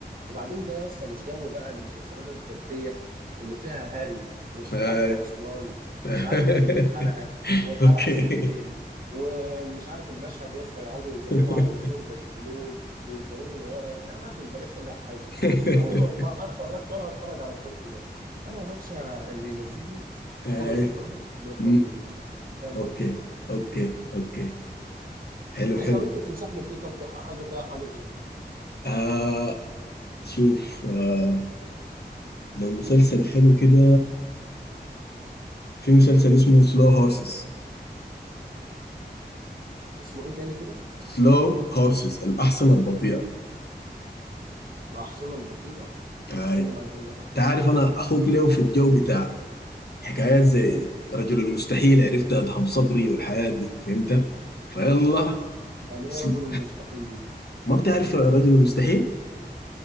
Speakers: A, on the right (about 55°); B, on the left (about 70°).
A: وبعدين ده يا اسطى مش جو بقى المسلسلات التركية اللي فيها هاري ومش
B: هاي
A: عارف عثمان ومش
B: <laughs>
A: عارف 800 حلقة والحلقة
B: اوكي
A: ساعتين ومش عارف المشهد يا اسطى يقعدوا يزوموا
B: اوكي
A: على وشهم زي الهنود ويزوموا لورا يا راجل بلاش وجع قلب
B: <laughs>
A: انا عمري ما ما اتفرجت ولا هتفرج على التركي ده انا يا باشا اللي يمزجني
B: اي
A: شغل دراما باخراج
B: امم
A: نظيف فاهم
B: اوكي
A: قصدي؟
B: اوكي اوكي حلو حلو
A: إيه طب انت تنصحني بايه طب في حاجه فيها حاجه زي كده
B: آه شوف آه لو مسلسل حلو كده في مسلسل
A: أه.
B: اسمه سلو هورسز
A: اسمه ايه تاني كده
B: سلو هورسز الأحصنة البطيئة
A: الاحصنه البطيئه
B: آه
A: انت بتتكلم عن ايه بقى
B: تعرف أنا أخوك ليه في الجو بتاع حكايات زي رجل
A: أه.
B: المستحيل عرفت أدهم صبري والحياة دي فهمت فيلا
A: يعني ايه
B: سل...
A: رجل المستحيل دي
B: ما بتعرف رجل المستحيل